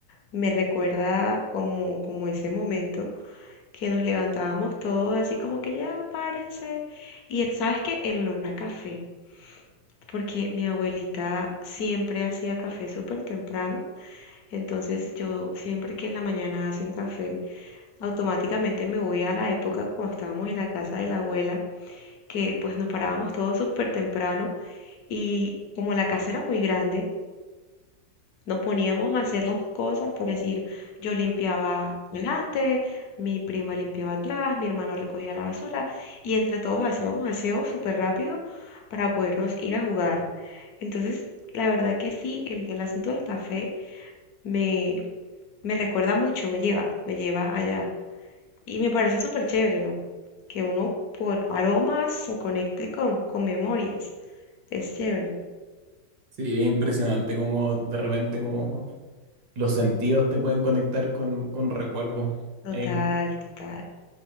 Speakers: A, on the left (about 65°); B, on the right (about 65°).
A: me recuerda como, como ese momento que nos levantábamos todos así como que ya párense. Y el, ¿sabes qué? El olor a café, porque mi abuelita siempre hacía café súper temprano. Entonces yo siempre que en la mañana hacen café, automáticamente me voy a la época cuando estábamos en la casa de la abuela, que pues nos parábamos todos súper temprano y como la casa era muy grande, Nos poníamos a hacer las cosas, por decir, yo limpiaba delante, mi prima limpiaba atrás, mi hermano recogía la basura y entre todos hacíamos aseo súper rápido para podernos ir a jugar. Entonces, la verdad que sí, el, el asunto del café me, me recuerda mucho, me lleva, me lleva allá. Y me parece súper chévere, ¿no? Que uno por aromas se conecte con, con memorias. Es chévere.
B: Sí, es impresionante como de repente como los sentidos te pueden conectar con, con recuerdos.
A: Total,
B: Es
A: total.